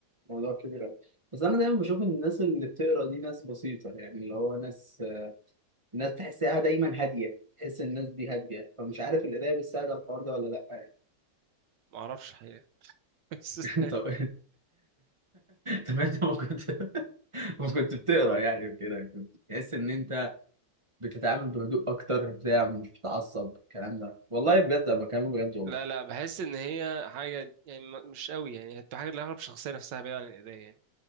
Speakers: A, on the right; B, on the right.
A: موضوع كبير أوي بس أنا دايما بشوف إن الناس اللي بتقرا دي ناس بسيطة يعني اللي هو ناس ناس تحسها دايما هادية تحس الناس دي هادية فمش عارف القراية بتساعد على الحوار ده ولا لأ يعني
B: معرفش حقيقة <laughs> بس
A: <laughs> طب طب انت ما كنت ما كنت بتقرا يعني وكده كنت تحس ان انت بتتعامل بهدوء اكتر بتاع مش بتعصب الكلام ده والله بجد انا بكلمك بجد والله
B: لا لا بحس إن هي حاجة يعني م- مش أوي يعني هتبقى حاجة لأغلب الشخصية نفسها بعيدة عن الإيديا يعني